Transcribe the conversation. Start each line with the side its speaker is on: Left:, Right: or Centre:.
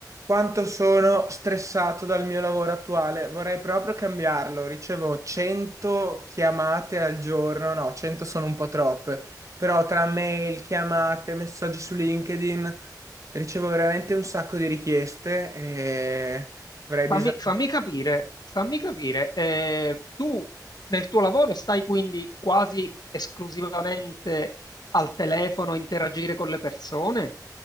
Right: Quanto sono stressato dal mio lavoro attuale, vorrei proprio cambiarlo. Ricevo 100 chiamate al giorno, no, 100 sono un po' troppe, però tra mail, chiamate, messaggi su LinkedIn ricevo veramente un sacco di richieste e avrei
Left: Fammi,
Right: bisogno.
Left: fammi capire, fammi capire, eh, tu nel tuo lavoro stai quindi quasi esclusivamente al telefono a interagire con le persone?